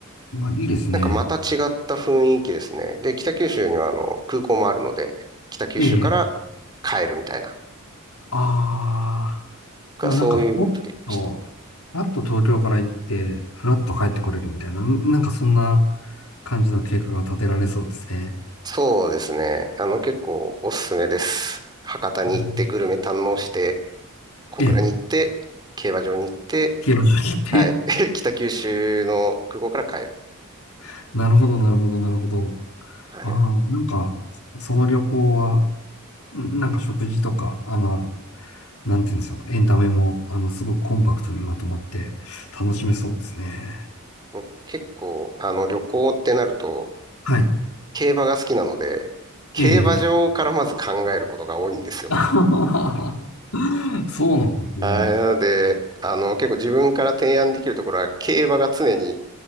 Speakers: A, on the left (about 85°); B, on the right (about 20°).
A: まあ、いいですね。
B: なんかまた違った雰囲気ですね。で、北九州にはあの空港もあるので、北九州から
A: ええ。
B: 帰るみたいな、
A: ああ、
B: がそういうルートで行きました。
A: もうなんか、ふらっと、ふらっと東京から行って、ふらっと帰ってこれるみたいな、んなんかそんな感じの計画が立てられそうですね。
B: そうですね。あの結構おすすめです。博多に行ってグルメ堪能して、
A: うん
B: 小倉に行って、
A: ええ、
B: 競馬場に行って、
A: 消えましょうって。
B: はい。<laughs> 北九州の空港から帰る。
A: <laughs> なるほど、なるほど、なるほど。
B: はい。
A: ああ、なんか、その旅行は、んなんか食事とか、あの、なんていうんですか、エンタメも、あの、すごくコンパクトにまとまって楽しめそうですね。
B: 僕結構、あの旅行ってなると、
A: はい。
B: 競馬が好きなので、競馬場からまず考えることが多いんですよ。
A: ええ。<laughs> あはははそうなんですね。
B: あれなので、あの、結構自分から提案できるところは、競馬が常に